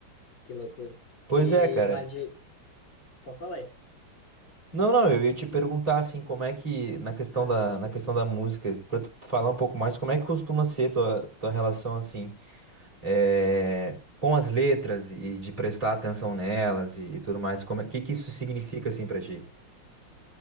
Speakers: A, on the left; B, on the right.
A: Que loucura.
B: Pois
A: E,
B: é, cara.
A: mas de... Pode falar aí.
B: Não, não, eu ia te perguntar assim, como é que, na questão
A: Ah,
B: da,
A: pode
B: na
A: crer.
B: questão da música, pra tu falar um pouco mais, como é que costuma ser tua, tua relação assim, eh, com as letras e de prestar atenção nelas e, e tudo mais, como é, que que isso significa assim pra ti?